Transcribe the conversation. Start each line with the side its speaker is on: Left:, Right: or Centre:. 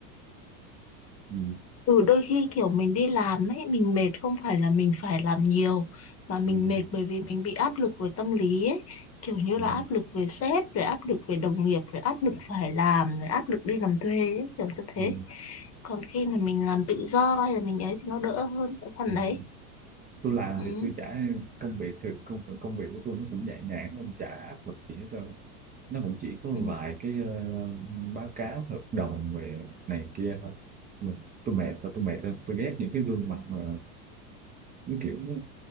Right: ừ,
Left: Ừ, đôi khi kiểu mình đi làm ấy, mình mệt không phải là mình phải làm nhiều mà mình
Right: ừ,
Left: mệt bởi vì mình bị áp lực về tâm lý ấy, kiểu như
Right: ừ,
Left: là áp lực về sếp, rồi áp lực về đồng nghiệp, rồi áp lực phải làm, rồi áp lực đi làm thuê ấy, kiểu như thế.
Right: ừ,
Left: Còn khi mà mình làm tự do hay là mình ấy thì nó đỡ hơn cái phần
Right: ừ.
Left: đấy.
Right: tôi làm
Left: Ừ.
Right: thì tôi chả công việc thì công công việc của tôi nó cũng nhẹ nhàng không chả áp lực gì hết trơn nó cũng chỉ có
Left: Ừ.
Right: vài cái ờ, báo cáo hợp đồng về này kia thôi mình tôi mệt tôi tôi mệt rồi tôi ghét những cái gương mặt mà cái kiểu nó